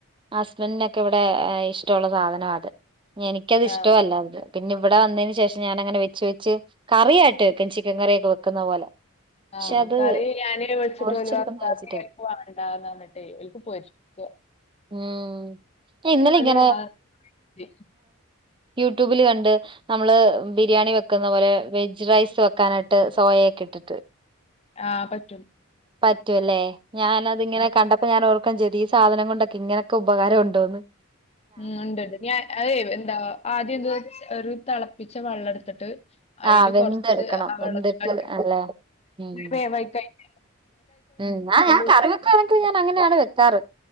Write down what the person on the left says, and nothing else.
ആഹ്
ആഹ്
കറി ഞാന് വെച്ച്ട്ട്
ഓല് ഭർത്താവ്
വണ്ടാന്ന്റഞ്ഞിട്ടേ ഓൽക്ക് പൊര് <unintelligible>
ഓന്
അത് മതി.
ആഹ് പറ്റും
ഉം
ഉ ഉണ്ട് ഉണ്ട് ഞാൻ അത എന്താ ആദ്യം എന്ത ഒരു തിളപ്പിച്ച വെള്ളം ടുത്തിട്ട് അയ്ല്
കുറച്ച് വെള്ളത്
വേവായി കയിഞ്ഞ
ഊറ്റിയെടുത്തിട്ട്